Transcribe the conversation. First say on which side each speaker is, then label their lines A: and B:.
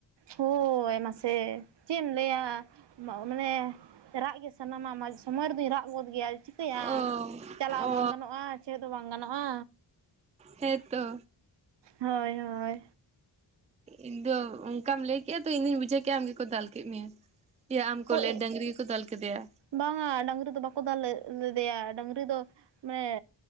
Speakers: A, on the right (about 65°); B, on the right (about 15°).
A: ᱦᱳᱭ ᱢᱟᱥᱮ ᱪᱮᱫ ᱮᱢ ᱞᱟᱹᱭᱟ ᱢᱟᱱᱮ ᱨᱟᱜ ᱜᱮ ᱥᱟᱱᱟᱢᱟ ᱥᱚᱢᱚᱭ ᱨᱮᱫᱩᱧ ᱨᱟᱜ ᱜᱚᱫ ᱜᱮᱭᱟ᱾ ᱪᱤᱠᱟᱭᱟᱢ
B: ᱚ
A: ᱪᱟᱞᱟᱣ
B: ᱚ
A: ᱵᱟᱝ ᱜᱟᱱᱚᱜᱼᱟ᱾ ᱪᱮᱫ ᱦᱚᱸ ᱵᱟᱝ ᱜᱟᱱᱚᱜᱼᱟ᱾
B: ᱦᱮᱸᱛᱚ
A: ᱦᱳᱭ ᱦᱳᱭ
B: ᱤᱧ ᱫᱚ ᱚᱱᱠᱟᱢ ᱞᱟᱹᱭ ᱠᱮᱜᱼᱟ ᱛᱚ ᱤᱧ ᱫᱩᱧ ᱵᱩᱡᱷᱟᱹᱣ ᱠᱮᱜᱼᱟ, ᱟᱢ ᱜᱮᱠᱚ ᱫᱟᱞ ᱠᱮᱫ ᱢᱮᱭᱟ᱾ ᱟᱢ ᱠᱚᱞᱮ
A: ᱦᱳᱭ
B: ᱰᱟᱹᱝᱨᱤ ᱜᱮᱠᱚ ᱫᱟᱞ ᱠᱮᱫᱮᱭᱟ
A: ᱵᱟᱝᱟ ᱰᱟᱝᱨᱤ ᱫᱚ ᱵᱟᱠᱚ ᱫᱟᱞ ᱞᱮ ᱞᱮᱫᱮᱭᱟ ᱰᱟᱝᱨᱤ ᱫᱚ ᱢᱟᱱᱮ